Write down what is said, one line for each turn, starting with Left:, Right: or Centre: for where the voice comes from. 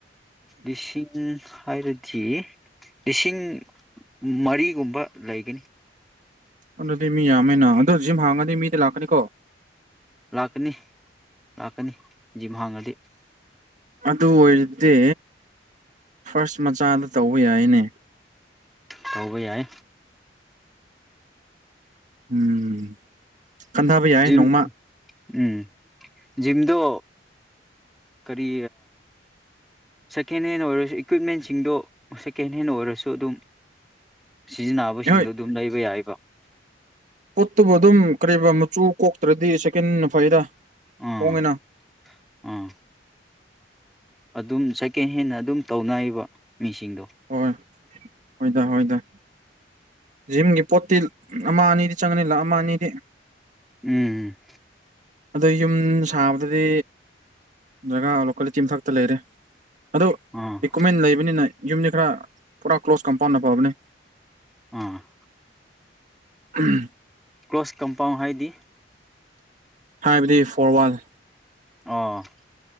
Centre: ꯂꯤꯁꯤꯡ ꯍꯥꯏꯔꯗꯤ ꯂꯤꯁꯤꯡ ꯃꯔꯤꯒꯨꯝꯕ ꯂꯩꯒꯅꯤ
Right: ꯑꯗꯨꯗꯤ ꯃꯤ ꯌꯥꯝꯃꯦꯅ ꯑꯗꯣ ꯖꯤꯝ ꯍꯥꯡꯉꯗꯤ ꯃꯤꯗ ꯂꯥꯛꯀꯅꯤꯀꯣ
Centre: ꯂꯥꯛꯀꯅꯤ ꯂꯥꯛꯀꯅꯤ ꯖꯤꯝ ꯍꯥꯡꯉꯗꯤ
Right: ꯑꯗꯨ ꯑꯣꯏꯔꯗꯤ ꯐꯥꯔꯁ ꯃꯆꯥꯗ ꯇꯧꯕ ꯌꯥꯏꯅꯦ
Centre: ꯇꯧꯕ ꯌꯥꯏ
Right: ꯎꯝ ꯈꯟꯊꯕ ꯌꯥꯏ
Centre: ꯖꯤꯝ
Right: ꯅꯣꯡꯃ
Centre: ꯎꯝ ꯖꯤꯝꯗꯣ ꯀꯔꯤ ꯁꯦꯀꯦꯟ ꯍꯦꯟ ꯑꯣꯏꯔꯁꯨ ꯏꯀ꯭ꯋꯤꯞꯃꯦꯟꯁꯤꯡꯗꯣ ꯁꯦꯀꯦꯟ ꯍꯦꯟ ꯑꯣꯏꯔꯁꯨ ꯑꯗꯨꯝ ꯁꯤꯖꯤꯟꯅꯕꯁꯤꯡꯗꯣ
Right: ꯍꯣꯏ
Centre: ꯑꯗꯨꯝ ꯂꯩꯕ ꯌꯥꯏꯕ
Right: ꯀꯣꯛꯇꯨꯕꯨ ꯑꯗꯨꯝ ꯀꯔꯤꯕ ꯃꯆꯨ ꯀꯣꯛꯇ꯭ꯔꯗꯤ ꯁꯦꯀꯟꯅ ꯐꯩꯗ
Centre: ꯑꯥ
Right: ꯍꯣꯡꯉꯦꯅ
Centre: ꯑꯥ ꯑꯗꯨꯝ ꯁꯦꯀꯦꯟ ꯍꯦꯟꯅ ꯑꯗꯨꯝ ꯇꯧꯅꯩꯕ ꯃꯤꯁꯤꯡꯗꯣ
Right: ꯍꯣꯏ ꯍꯣꯏꯗ ꯍꯣꯏꯗ ꯖꯤꯝꯒꯤ ꯄꯣꯠꯇꯤ ꯑꯃ ꯑꯅꯤꯗꯤ ꯆꯪꯒꯅꯤ ꯂꯥꯛ ꯑꯃ ꯑꯅꯤꯗꯤ
Centre: ꯎꯝ
Right: ꯑꯗ ꯌꯨꯝ ꯁꯥꯕꯗꯗꯤ ꯖꯒꯥ ꯂꯣꯀꯦꯜꯂꯤꯇꯤ ꯑꯃꯈꯛꯇ ꯂꯩꯔꯦ ꯑꯗꯣ
Centre: ꯑꯥ
Right: ꯏꯀ꯭ꯋꯞꯃꯦꯟ ꯂꯩꯕꯅꯤꯅ ꯌꯨꯝꯗꯤ ꯈꯔ ꯄꯨꯔꯥ ꯀ꯭ꯂꯣꯁ ꯀꯝꯄꯥꯎꯅ ꯐꯕꯅꯦ
Centre: ꯑꯥ
Right: ꯎꯝ
Centre: ꯀ꯭ꯂꯣꯁ ꯀꯝꯄꯥꯎꯟ ꯍꯥꯏꯗꯤ
Right: ꯍꯥ ꯏꯕꯤꯗꯤ ꯐꯣꯔꯋꯥꯜ
Centre: ꯑ